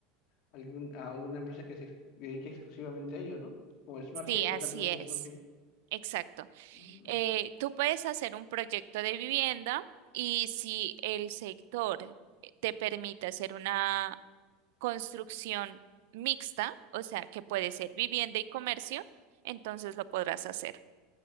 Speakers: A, on the left; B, on the right.
A: algún- a alguna empresa que se dedique exclusivamente a ello, ¿no? Como SmartFit,
B: Sí, así
A: acá tenemos
B: es.
A: SmartFit.
B: Exacto.
A: Mm.
B: eh, tú puedes hacer un proyecto de vivienda y si el sector eh, te permite hacer una construcción mixta, o sea, que puede ser vivienda y comercio, entonces lo podrás hacer.